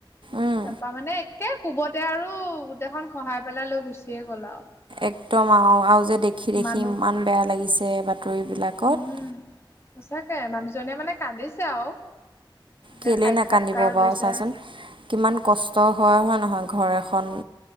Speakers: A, on the right; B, on the left.
A: উম
B: তাৰাপা মানে একে কোবতে আৰু গোটেইখন খহাই পেলাই লৈ গুচিয়ে গ'ল আৰু।
A: একদম আৰু, আৰু যে দেখি দেখি
B: মানুহ
A: ইমান বেয়া লাগিছে বাতৰিবিলাকত।
B: উম সঁচাকে মানুহজনে মানে কান্দিছে আৰু।
A: কেলেই
B: এ সাক্ষাৎকাৰ
A: নাকান্দিব বাৰু
B: লৈছে।
A: চাচোন, কিমান কষ্ট হয়, হয় নহয় ঘৰ এখন